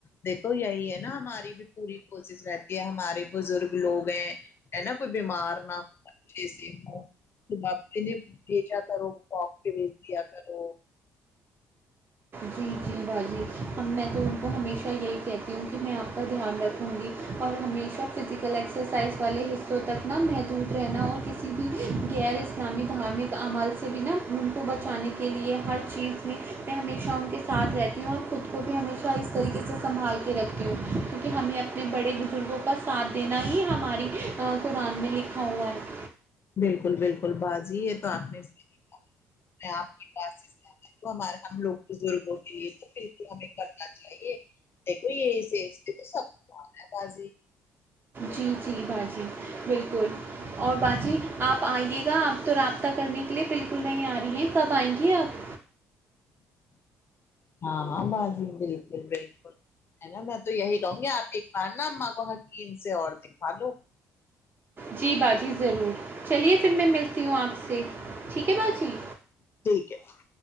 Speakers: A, on the left; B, on the right.
A: دیکھو یہی ہے نا ہماری بھی پوری کوشش رہتی ہے ہمارے بزرگ لوگ ہیں ہےنا کوئی بیمار نہ اچھے سے ہوں تو واک کیلئے بھیجا کرو واک کے لئے بھیجا کرو
B: جی جی باجی ہم میں تو ان کو ہمیشہ یہی کہتی ہوں کہ میں آپ کا دھیان رکھوں گی اور ہمیشہ فزیکل ایکسرسائز والے حصے تو تک نہ محدود رہنا اور کسی بھی غیر اسلامی دھارمک عمل سے بھی نہ ملک کو بچانے کے لیے ہر چیز میں میں ہمیشہ ان کے ساتھ رہتی ہوں اور خود کو بھی ہمیشہ اس طریقے سے سمبھال کے رکھتی ہوں کیونکے ہمیں اپ اپنے بڑے بزرگوں کا ساتھ دینا ہی ہماری قرآن میں لکھا ہوا ہے
A: بالکل بالکل باجی یہ تو آپ نے صحیح کہا میں آپ کی بات سے تو ہمارے ہم لوگ بزرگوں کے لیے تو بالکل ہمیں کرنا چاہیے دیکھو یہ اس ایج میں تو سب کو آنا ہے باجی
B: جی جی باجی بالکل اور باجی آپ آئیے گا آپ تو رابطہ کرنے کے لیے بالکل نہیں آ رہی ہیں کب آئیں گی آپ
A: ہاں ہاں باجی بالکل بالکل ہے نا میں تو یہی کہوں گی آپ ایک بار نا اماں کو حکیم سے اور دکھالو
B: جی باجی ضرور چلیے پھر میں ملتی ہوں آپ سے ٹھیک ہے باجی
A: کیا ہوا